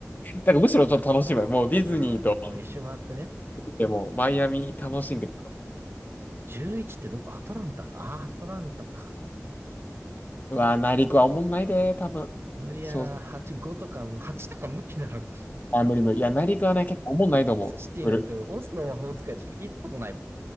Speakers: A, on the left; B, on the right.
A: からむしろちょっと楽しむ。もうディズニーと、
B: うん。もう一周回ってね。
A: でもマイアミ楽しんで。
B: 11ってどこアトランタ。ああ、アトランタか。
A: うわー、内陸はおもんないで、多分。
B: 無理やな。
A: そう、
B: 8、5とか、もう8とか無理だろ。
A: あ、無理無理。いや、内陸はね、結構おもんないと思う。
B: カンザスシティなんて俺、
A: 無理。
B: オズの魔法使いでしか聞いたことないもん。